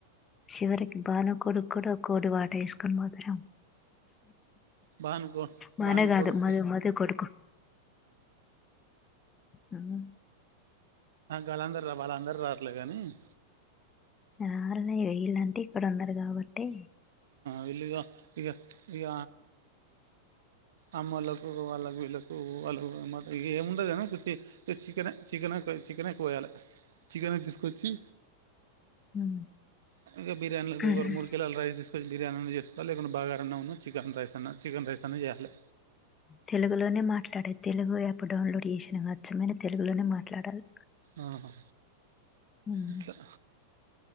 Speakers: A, on the left; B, on the right.
A: చివరికి భానుకోడుకు కూడా కోడి వాట వేసుకొని మదరం
B: బాను కొ
A: భాను
B: బాను
A: కాదు
B: కొడుకు
A: మధు మధు కొడుకు హ్మ్.
B: గలా వాళ్ళ అందరూ రావట్లే కాని <inaudible>
A: రాలనే వెయ్యలాంటిే ఇక్కడ ఉన్నారు కాబట్టి
B: వెీళ్ళుగా ఇక ఇక అమ్మ వాళ్ళకు వాళ్ళకు వీళ్ళకు వాళ్ళకు ఏముండదునీ చికెనే చికెన్ చికెనే పోయాలి చికెనే తీసుకొచ్చి
A: హ్మ్.
B: ఆ ఇక బిరియాని కు
A: హ్మ్.
B: మూడు కిలోల రైస్ కొంచెం బిర్యానీ చేసుకోవాలి లేకుండా బావా గారు ఉన్నారణి చికెన్ చెస్తున చికెన్ రైస్ తోనే చేయాలి
A: తెలుగులోనే మాట్లాడే తెలుగు యాప్ డౌన్లోడ్ చేసిన అచ్చమైన తెలుగులోనే మాట్లాడాలి
B: ఆ
A: హ్మ్.
B: ఇట్లా